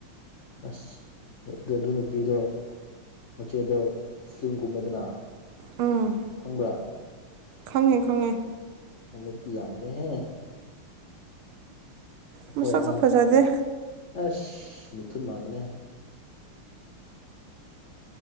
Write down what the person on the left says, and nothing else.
ꯑꯁ ꯑꯗꯨ ꯑꯗꯨ ꯅꯨꯄꯤꯗꯣ ꯃꯆꯦꯗꯣ ꯐꯤꯂꯝꯒꯨꯝꯃꯦꯗꯅ
ꯈꯪꯕ꯭ꯔꯥ
ꯃꯃꯤꯠꯇꯤ ꯌꯥꯝꯕꯅꯦ ꯍꯦ ꯑꯩꯈꯣꯏ
ꯑꯉꯥꯡ
ꯑꯁ ꯃꯤꯊꯨꯟ ꯃꯥꯟꯕꯅꯦ